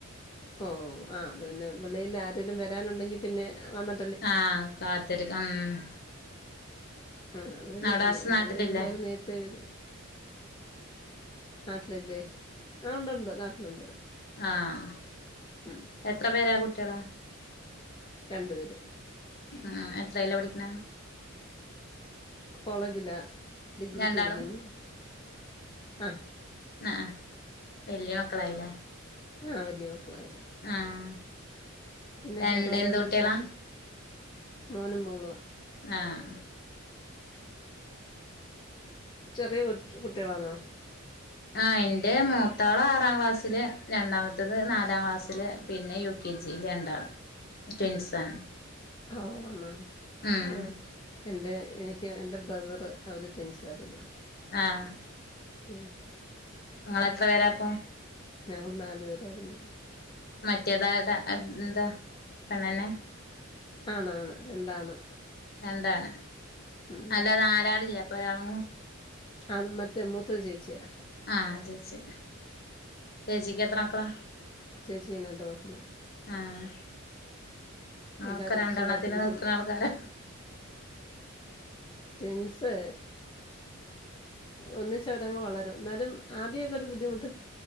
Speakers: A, on the left; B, on the left.
A: ഓഹ് ആഹ് അത് പിന്നെ വെളിയിൽ ആരേലും വരാൻ ഉണ്ടെങ്കിൽ പിന്നെ വന്നി
B: ആഹ് കാത്തിരിക്കും ഉം.
A: ആഹ് അത് പിന്നെ
B: അവിടെ
A: അങ്ങനാ
B: ഹസ്
A: നമ്മള്
B: നാട്ടിലില്ലേ
A: പിന്നെ എല്ലാരും നേരത്തെ വരും. നാട്ടിലില്ലേ ആഹ് ഉണ്ട് ഉണ്ട് നാട്ടിലുണ്ട്.
B: ആഹ്
A: ഉം.
B: എത്ര പേരെ കുട്ടികള്?
A: രണ്ടുപേരെ.
B: ആഹ് എത്രയിലാ പഠിക്കുന്നെ?
A: കോളേജിലോ ഡിഗ്രിക്ക്
B: രണ്ടാളും
A: പഠിക്കുന്നു, രണ്ടാമത്തെ ആഹ്.
B: ആഹ് ആഹ് വലിയ മക്കളായില്ലേ?
A: ആഹ് വലിയതാ.
B: ആഹ്
A: പിന്നെ
B: രണ്ട്
A: വേറെന്തൊണ്ട്
B: എന്ത് കുട്ടികളാ
A: വിശേഷം. മോനും മോള്വ.
B: ആഹാ.
A: ചെറ്യേ കു കുട്ട്യേളാണോ.
B: ആ എന്റെ മൂത്താള് ആറാം ക്ലാസ്സില്. രണ്ടാമത്തത് നാലാം ക്ലാസ്സില് പിന്നെ യു. കെ ജി യിൽ രണ്ടാള് ട്വിൻസാണ്.
A: ഓ ആണ.
B: ഉം
A: ഓ എന്റെഎനിക്ക് എൻ്റെ ബ്രദറ്. അവര് തിന്സായിരുന്നു
B: ആഹ്
A: ഉം.
B: ഇങ്ങളെത്ര പേരാ ഇപ്പം.
A: ഞങ്ങള് നാലു പേരായിര്ന്ന്.
B: മറ്റേ <unintelligible> താ എന്താ പെണ്ണന്നെ.
A: ആണാണ് രണ്ടാണ്.
B: രണ്ടാണ്.
A: ഉം
B: അല്ല നാലാളില്ലേ അപ്പൊ ഒരാളും
A: അത് മറ്റേ മൂത്തത് ചേച്ചിയ.
B: ആഹ് ചേച്ചി ചേച്ചിക്ക് എത്ര മക്കളാ.
A: ചേച്ചിന്നണ്ട് മക്കള്.
B: ആഹ് ആ
A: എല്ലാവരും
B: ഒക്കെ രണ്ടെണ്ണത്തി
A: സുഖമായിട്ടിരിക്കുന്നു
B: നിർത്ത്ണ ആൾക്കാരാ.
A: ട്വിൻസ് ഒന്നിച്ചവരങ് വളരും. ഇന്നാലും ആദ്യകെ ഒരു ബുദ്ധിമുട്ട്.